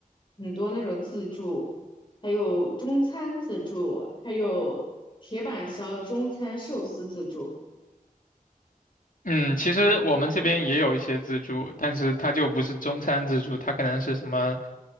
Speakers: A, on the left; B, on the left.
A: 很多那种自助，还有中餐自助，还有铁板烧、中餐寿司自助。
B: 嗯，其实我们这边也有一些自助，
A: 嗯
B: 但是它就不是中餐自助，它可能是什么